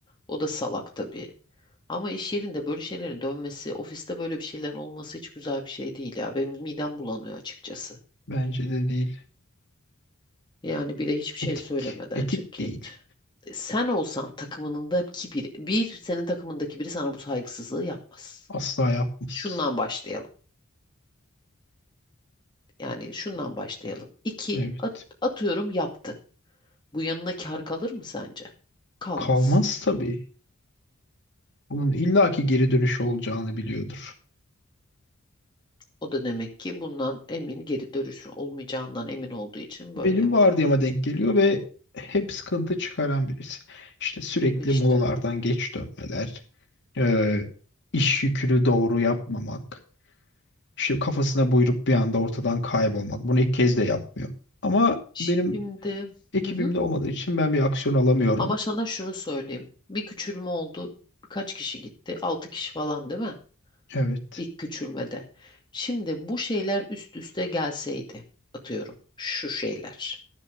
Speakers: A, on the left; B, on the left.
A: O da salak tabii. Ama iş yerinde böyle şeylerin dönmesi, ofiste böyle bir şeylerin olması hiç güzel bir şey değil ya. Benim midem bulanıyor açıkçası.
B: ben. Bence de değil.
A: Yani bir de hiçbir şey
B: Etik.
A: söylemeden
B: Etik
A: çık git.
B: değil.
A: E, Sen olsan takımındaki biri, bir senin takımındaki biri sana bu saygısızlığı yapmaz.
B: Asla yapmaz.
A: Şundan başlayalım. Yani şundan başlayalım. İki,
B: Evet.
A: at- atıyorum yaptı. Bu yanına kar kalır mı sence? Kalmaz.
B: Kalmaz tabii. Bunun illaki geri dönüşü olacağını biliyordur.
A: O da demek ki bundan emin, geri dönüşü olmayacağından emin olduğu için
B: Benim
A: böyle yapıyor.
B: vardiyama denk geliyor ve hep sıkıntı çıkaran birisi. İşte sürekli
A: İşte.
B: molalardan geç dönmeler, e, iş yükünü doğru yapmamak, işte kafasına buyruk bir anda ortadan kaybolmak. Bunu ilk kez de yapmıyor. Ama
A: Şimdi
B: benim ekibimde
A: hı hı.
B: olmadığı için ben bir aksiyon alamıyorum.
A: Ama sana şunu söyleyeyim. Bir küçülme oldu. Kaç kişi gitti? Altı kişi falan değil mi?
B: Evet.
A: ilk küçülmede. Şimdi bu şeyler üst üste gelseydi atıyorum şu şeyler